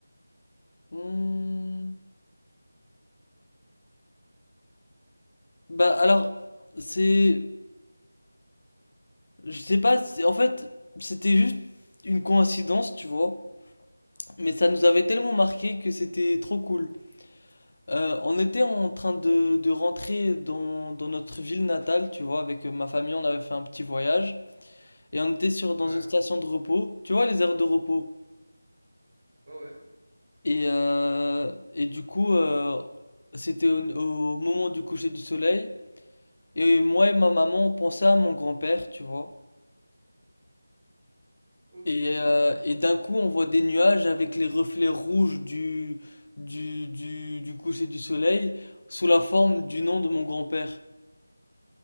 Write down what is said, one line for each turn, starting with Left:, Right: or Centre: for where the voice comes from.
Left: Hmm. Bah, alors, c'est... Je sais pas, c'est- en fait, c'était juste une coïncidence, tu vois. Mais ça nous avait tellement marqué que c'était trop cool. Euh, on était en train de, de rentrer dans, dans notre ville natale, tu vois, avec euh, ma famille, on avait fait un petit voyage. Et on était sur, dans
Right: Ouais.
Left: une station de repos, tu vois, les aires de repos.
Right: Ouais ouais.
Left: Et, euh, et du coup, euh, c'était au, au moment du coucher du soleil. Et moi et ma maman, on pensait à mon grand-père, tu vois.
Right: Ok.
Left: Et, euh, et d'un coup, on voit des nuages avec les reflets rouges du, du, du, du coucher du soleil sous la forme du nom de mon grand-père.